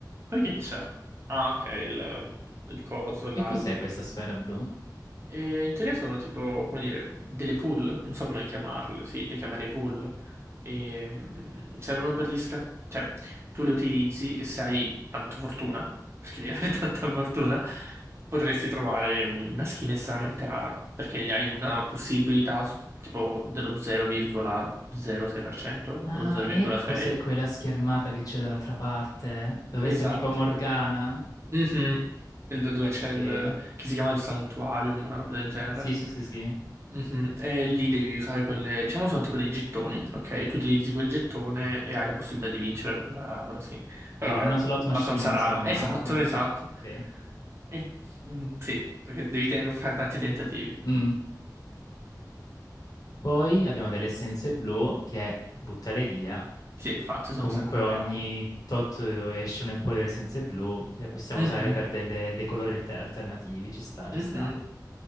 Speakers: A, on the right; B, on the left.
A: Poi che c'è? Ah, ok, il, il coso
B: Che
A: là.
B: cos'è questa sfera blu?
A: E in teoria sono tipo, come dire, delle pool, non so come chiamarle, sì, le chiamerei pool, e, mm, servono per gli sca- cioè tu le utilizzi e se hai tanta fortuna, <laughs> perché devi avere <laughs> tanta fortuna, potresti trovare una skin estremamente rara, perché hai una possibilità su- tipo dello 0,06%
B: Ah,
A: o 0,6%.
B: ecco cos'è quella schermata che c'è dall'altra parte, dove
A: Esatto.
B: sta tipo Morgana.
A: Mhm. Il- Dove
B: Ok.
A: c'è il, che si chiama il Sanctuarium, una roba del genere.
B: Sì, sì, sì, sì.
A: Mhm, E lì devi usare quelle, diciamo sono tipo dei gettoni, ok? Tu utilizzi quel gettone e hai la possibilità di vincere quella, quella skin.
B: Ok,
A: Però
B: tipo
A: è
B: una slot machine,
A: abbastanza
B: insomma.
A: rara. Esatto,
B: Metti
A: esatto.
B: già- Ok.
A: E- mm, sì, perché devi te- fare tanti tentativi.
B: Mm. Poi abbiamo delle essenze blu che buttale via.
A: Sì, infatti sono
B: Comunque
A: sempre
B: ogni
A: comode.
B: tot eh, escono un po' delle essenze blu, le possiamo
A: Mhm,
B: usare per delle- dei colori alter- alternativi. Ci sta, ci
A: mhm.
B: sta.